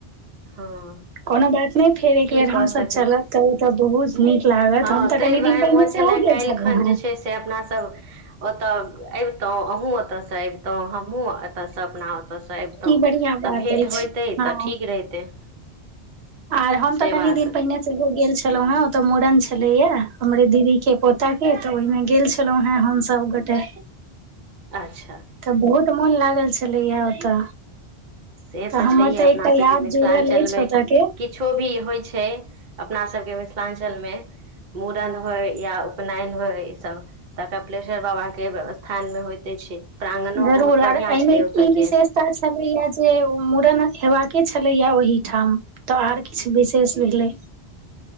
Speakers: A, on the right; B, on the right.
A: हँ
B: कोनो बात नहि फेर एक
A: की
B: बेर
A: कऽ
B: हमस
A: सकैत
B: चलब
A: छी
B: ओतऽ बहुत नीक लागत
A: हँ
B: हम तऽ
A: ताहि
B: कनि
A: दुआरे
B: दिन पहिने
A: मोन
B: सेहो
A: छलए
B: गेल
A: काल्हि
B: छलहुँ
A: खन
B: हेँ
A: जे छै से अपनासभ ओतऽ अबितहुँ अहुूँ ओतयसँ अबितहुँ तो हमहुँ एतऽ से अपना ओतयसँ अबितहुँ
B: ई बढ़ियां बात
A: तऽ भेंट
B: अछि
A: होइतै
B: हँ
A: तऽ ठीक रहितै
B: आर हम
A: से
B: तऽ कनी
A: बात
B: दिन पहिने से हो गेल छी छलहु हें ओतऽ मूड़न छलेया हमरे दीदी के पोता के तऽ ओहिमे गेल छलौं हें हमस गोटे
A: अच्छा
B: बहुत तऽ मोन लागल छलैएा ओतऽ
A: से तऽ
B: हमर
A: छैहे अपना
B: एकटा याद
A: सभके मिथिलाञ्चलमे
B: जुड़ल अछि ओतऽ के
A: किछो भी होइ छै अपना सबके मिथिलाञ्चलमे मूड़न होइ या उपनयन होइ ईसभ तऽ कपिलेश्वर बाबाके स्थानमे होइते छै प्राङ्गनो
B: जरूर
A: बहुत बढ़िआँ
B: आर एहिमे
A: छै ओतयके
B: क विशेषता छलैया से मुूड़न हेबाके छलैया ओहि ठाम तऽ आर किछु विशेष भेलै